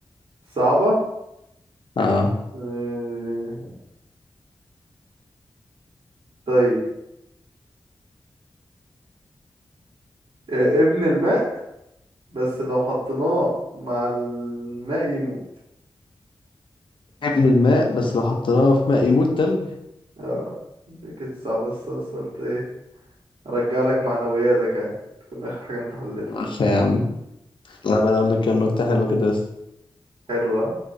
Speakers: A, on the right; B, on the left.
A: صعبة
B: اه
A: آه طيب آه ابن الماء بس لو حطيناه مع الماء يموت
B: ابن الماء بس لو حطيناه في ماء يموت تلج
A: اه دي كانت صعبة بس بس قلت ايه ارجع لك معنوياتك يعني تكون اخر حاجة انت حلتها
B: عارف يا عم طب انا اقول لك كام نكته حلوه كده بس
A: حلوة ها؟